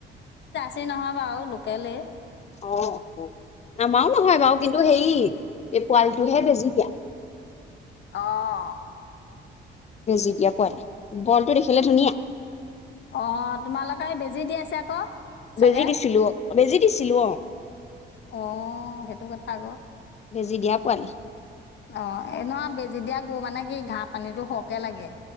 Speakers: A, on the left; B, on the left.
A: ৰ্ছী নহয় বাৰু লোকেলে।
B: অ', আমাৰো নহয় বাৰু কিন্তু হেই এই পোৱালিটোহে বেজি দিয়া।
A: অ',।
B: বেজি দিয়া পোৱালি, পোৱালিটো দেখিলে ধুনীয়া।
A: অ' তোমালোকৰ বেজি দি আছে আকৌ। চাগে
B: বেজি দিছিলো, বেজি দিছিলো অ'।
A: অ সেইটো কথা আকৌ
B: বেজি দিয়া পোৱালি।
A: অ' এ নহয় বেজি দিয়া গৰু মানে কি? ঘাঁহ পানীটো সৰহকে লাগে।